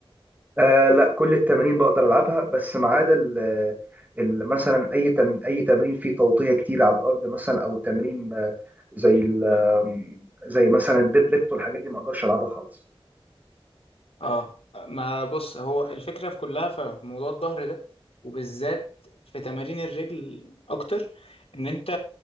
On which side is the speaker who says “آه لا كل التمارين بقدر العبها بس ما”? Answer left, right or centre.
Right